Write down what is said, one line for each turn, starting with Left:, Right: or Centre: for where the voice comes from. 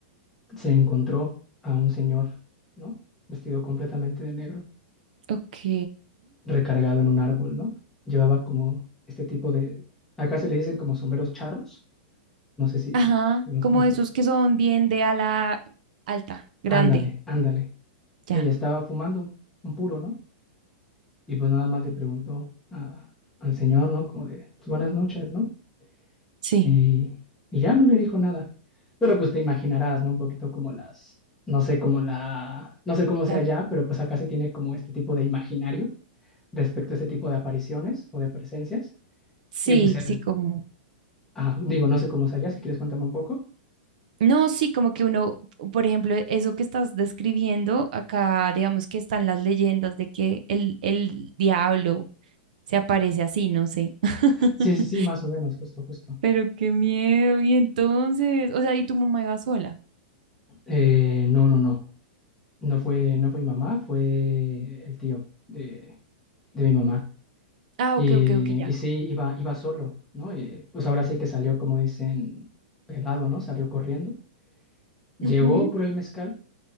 Centre: se encontró a un señor, ¿no? Vestido completamente de negro
Right: Ok.
Centre: recargado en un árbol, ¿no? Llevaba como este tipo de, acá se le dicen como sombreros charros, no sé si
Right: Ajá,
Centre: los
Right: como
Centre: más,
Right: esos
Centre: pero
Right: que son bien de ala alta, grande.
Centre: ándale, ándale.
Right: Ya,
Centre: Ella estaba fumando un puro, ¿no? Y pues nada más le preguntó a- al señor, ¿no? Como de, pues buenas noches, ¿no?
Right: sí,
Centre: Y, y ya no le dijo nada. Pero pues te imaginarás, ¿no? Un poquito como las, no sé, como la, no sé cómo sea
Right: la ve.
Centre: ya, pero pues acá se tiene como este tipo de imaginario respecto a este tipo de apariciones o de presencias.
Right: Sí,
Centre: Y pues el,
Right: sí, como...
Centre: Ah, digo, no sé cómo es allá, si quieres cuéntame un poco.
Right: No, sí, como que uno, por ejemplo, eso que estás describiendo, acá digamos que están las leyendas de que el, el diablo se aparece así, no sé. <laughs>
Centre: Sí, sí, sí, más o menos, justo, justo.
Right: Pero qué miedo. Y entonces, o sea, ¿y tu mamá iba sola?
Centre: Eh, no, no, no, no fue, no fue mi mamá, fue el tío de, de mi mamá.
Right: Ah,
Centre: Y,
Right: ok, ok, ok, ya.
Centre: y sí, iba, iba solo, ¿no? Y, pues ahora sí que salió, como dicen, pelado, ¿no? Salió corriendo. Llegó
Right: Ujú.
Centre: por el mezcal